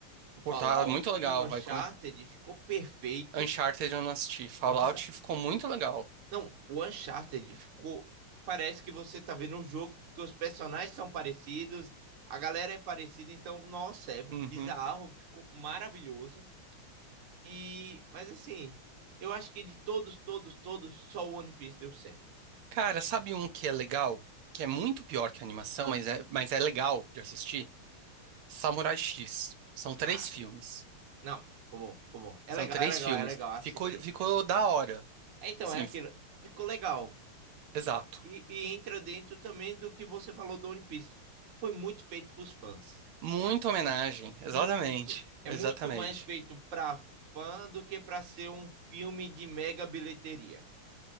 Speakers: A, on the right (about 50°); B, on the right (about 80°).
A: O
B: Pô,
A: Fallout
B: tá muito legal,
A: e o Uncharted
B: vai começar.
A: ficou perfeito
B: Uncharted eu não assisti, Fallout
A: Nossa,
B: ficou muito legal.
A: não, o Uncharted ficou. Parece que você tá vendo um jogo, porque os personagens são parecidos, a galera é parecida, então, nossa, é bizarro,
B: Uhum.
A: ficou maravilhoso. E, mas assim, eu acho que de todos, todos, todos, só o One Piece deu certo.
B: Cara, sabe um que é legal? Que é muito pior que a animação, mas é, mas é legal de assistir? Samurai X. São
A: Ah,
B: três filmes.
A: não, ficou bom, ficou bom. É
B: São
A: legal,
B: três
A: é legal,
B: filmes.
A: é legal assistir.
B: Ficou, ficou da hora.
A: É, então,
B: Sim,
A: é aquilo, ficou legal.
B: exato.
A: E, e entra dentro também do que você falou do One Piece. Foi muito feito pros fãs.
B: Muita homenagem. Exatamente.
A: Muito. É
B: Exatamente.
A: muito mais feito pra fã do que pra ser um filme de mega bilheteria.